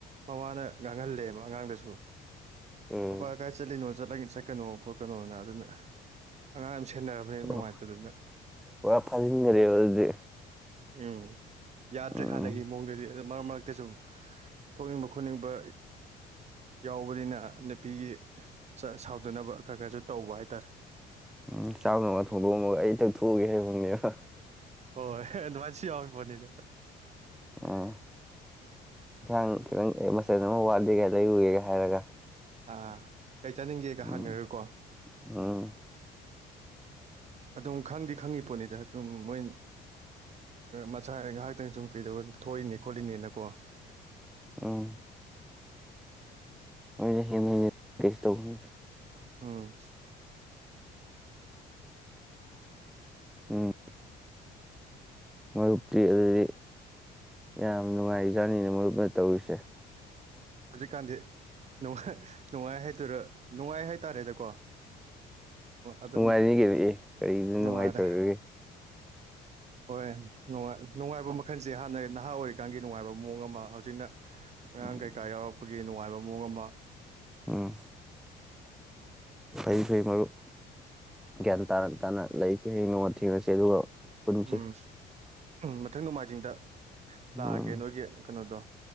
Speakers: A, on the right; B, in the centre.
A: ꯃꯃꯥꯅ ꯉꯥꯡꯍꯜꯂꯦꯕ ꯑꯉꯥꯡꯗꯁꯨ
B: ꯎꯝ
A: ꯑꯄꯥ ꯀꯥꯏ ꯆꯂꯅꯣ ꯆꯂꯒ ꯆꯠꯀꯅꯣ ꯑꯩꯈꯣꯏ ꯀꯩꯅꯣꯅ ꯑꯗꯨꯅ ꯑꯉꯥꯡ ꯌꯥꯝ ꯁꯦꯟꯅꯔꯕꯅꯤꯅ
B: ꯑꯣ
A: ꯅꯨꯡꯉꯥꯏꯇꯗꯅ
B: ꯄꯨꯔꯥ ꯐꯥꯖꯤꯟꯈꯔꯦꯕ ꯑꯗꯨꯗꯤ
A: ꯎꯝ ꯌꯥꯗ꯭ꯔꯦ
B: ꯎꯝ
A: ꯍꯥꯟꯅꯒꯤ ꯃꯑꯣꯡꯗꯗꯤ ꯑꯗꯨ ꯃꯔꯛ ꯃꯔꯛꯇ ꯁꯨꯝ ꯊꯣꯛꯅꯤꯡꯕ ꯈꯣꯠꯅꯤꯡꯕ ꯌꯥꯎꯕꯅꯤꯅ ꯅꯨꯄꯤꯒꯤ ꯁꯥꯎꯗꯅꯕ ꯈꯔ ꯈꯔꯁꯨ ꯇꯧꯕ ꯍꯥꯏ ꯇꯔꯦ
B: ꯎꯝ ꯆꯥꯛꯀꯨꯝꯕ ꯊꯣꯡꯗꯣꯛꯑꯝꯃꯒ ꯑꯩ ꯊꯛ ꯊꯣꯛꯑꯒꯦ ꯍꯥꯏꯕꯅꯦꯕ
A: ꯍꯣꯏ ꯍ ꯑꯗꯨ ꯅꯤꯗ
B: ꯎꯝ ꯏꯟꯁꯥꯡ ꯈꯤꯇꯪ ꯃꯆꯟ ꯑꯃ ꯋꯥꯠꯂꯤꯒ ꯂꯩꯔꯨꯒꯦꯒ ꯍꯥꯏꯔꯒ
A: ꯑꯥ ꯀꯩ ꯆꯥꯅꯤꯡꯒꯦꯒ
B: ꯎꯝ
A: ꯍꯪꯉꯥꯒꯀꯣ
B: ꯎꯝ
A: ꯑꯗꯨꯝ ꯈꯪꯗꯤ ꯈꯪꯉꯤ ꯄꯣꯠꯅꯤꯗ ꯑꯗꯨꯝ ꯃꯣꯏ ꯃꯆꯥ ꯉꯥꯏꯍꯥꯛꯇꯪ ꯁꯨꯝ ꯀꯩꯗꯧꯕ ꯊꯣꯛꯏꯅꯤ ꯈꯣꯠꯂꯤꯅꯦꯅꯀꯣ
B: ꯎꯝ ꯍꯣꯏꯅꯦ ꯍꯦꯟꯅꯤꯅꯦ ꯇꯦꯁꯠ ꯇꯧꯏ
A: ꯎꯝ
B: ꯎꯝ ꯃꯔꯨꯞꯇꯤ ꯑꯗꯨꯗꯤ ꯌꯥꯝ ꯅꯨꯡꯉꯥꯏꯔꯤꯖꯥꯠꯅꯤꯅꯦ ꯃꯔꯨꯞꯅ ꯇꯧꯔꯤꯁꯦ
A: ꯍꯧꯖꯤꯛꯀꯥꯟꯗꯤ ꯅꯨꯡꯉꯥꯏ ꯍꯥꯏꯗꯨꯔ ꯅꯨꯡꯉꯥꯏ ꯍꯥꯏꯇꯥꯔꯦꯗꯀꯣ ꯑꯗꯨꯝ
B: ꯅꯨꯡꯉꯥꯏꯔꯤꯅꯤ ꯀꯩꯅꯣ ꯀꯔꯤꯗ ꯅꯨꯡꯉꯥꯏꯇꯔꯤꯒꯦ
A: ꯅꯨꯡꯉꯥꯏꯔꯦ ꯍꯣꯏ ꯅꯨꯡꯉꯥꯏ ꯅꯨꯡꯉꯥꯏꯕꯃꯛ ꯃꯈꯜꯁꯦ ꯍꯥꯟꯅ ꯅꯍꯥ ꯑꯣꯏꯔꯤꯀꯥꯟꯒꯤ ꯅꯨꯡꯉꯥꯏꯕ ꯃꯑꯣꯡ ꯑꯃ ꯍꯧꯖꯤꯛꯅ ꯑꯉꯥꯡꯒꯩ
B: ꯎꯝ
A: ꯑꯈꯣꯏꯒꯤ ꯅꯨꯡꯉꯥꯏꯕ ꯃꯑꯣꯡ ꯑꯃ
B: ꯎꯝ ꯐꯩ ꯐꯩ ꯃꯔꯨꯞ ꯒ꯭ꯌꯥꯟ ꯇꯥꯅ ꯇꯥꯅ ꯂꯩꯁꯦ ꯍꯥꯌꯦꯡ ꯅꯣꯡꯃ ꯊꯦꯡꯅꯁꯦ ꯑꯗꯨꯒ ꯄꯨꯟꯁꯤ
A: ꯎꯝ ꯃꯊꯪ ꯅꯣꯡꯃꯥꯏꯖꯤꯡꯗ
B: ꯎꯝ
A: ꯂꯥꯛꯑꯒꯦ ꯅꯣꯏꯒꯤ ꯀꯩꯅꯣꯗꯣ